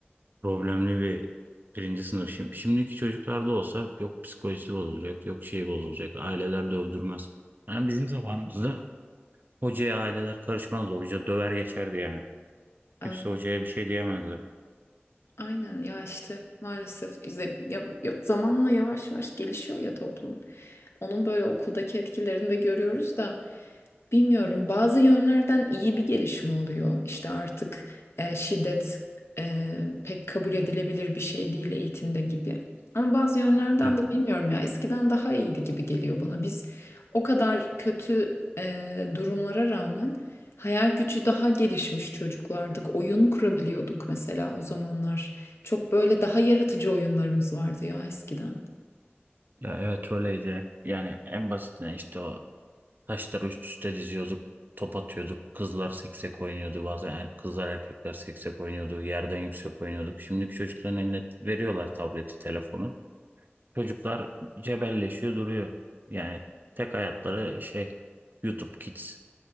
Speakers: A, on the right; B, on the left.
A: Problemli bir birinci sınıf. Şimdi, şimdiki çocuklarda olsa yok psikolojisi bozulacak, yok şey bozulacak. Aileler dövdürmez. Yani bizim zamanımızda Hocaya aileler karışmazdı. Hoca döver geçerdi yani.
B: Aynen,
A: Kimse hocaya bir şey diyemezdi.
B: aynen ya işte maalesef üze- ya- ya- zamanla yavaş yavaş gelişiyor ya toplum. Onun böyle okuldaki etkilerini de görüyoruz da Bilmiyorum bazı yönlerden iyi bir gelişme oluyor. İşte artık e, şiddet e, pek kabul edilebilir bir şey değil eğitimde gibi. Ama bazı yönlerden
A: Evet.
B: de bilmiyorum ya eskiden daha iyiydi gibi geliyor bana. Biz o kadar kötü e, durumlara rağmen hayal gücü daha gelişmiş çocuklardık. Oyun kurabiliyorduk mesela o zamanlar. Çok böyle daha yaratıcı oyunlarımız vardı ya eskiden.
A: Ya evet öyleydi. Yani en basitinden işte o taşları üst üste diziyorduk. Top atıyorduk. Kızlar seksek oynuyordu. Bazen er- kızlar erkekler seksek oynuyordu. Yerden yüksek oynuyorduk. Şimdiki çocukların eline veriyorlar tableti, telefonu. Çocuklar cebelleşiyor duruyor. Yani tek hayatları şey YouTube Kids.